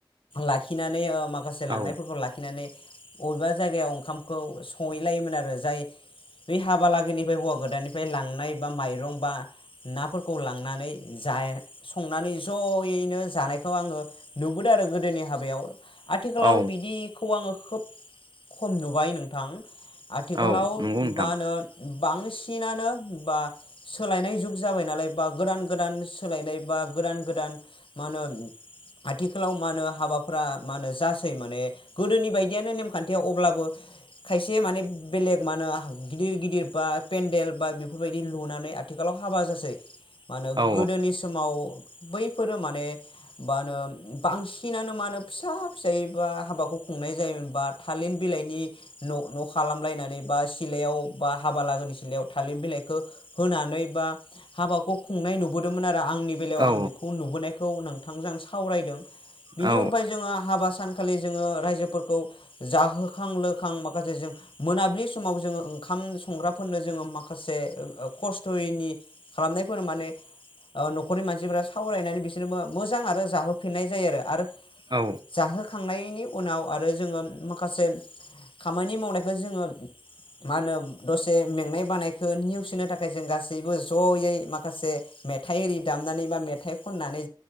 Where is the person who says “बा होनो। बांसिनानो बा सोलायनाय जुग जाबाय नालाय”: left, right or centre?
Left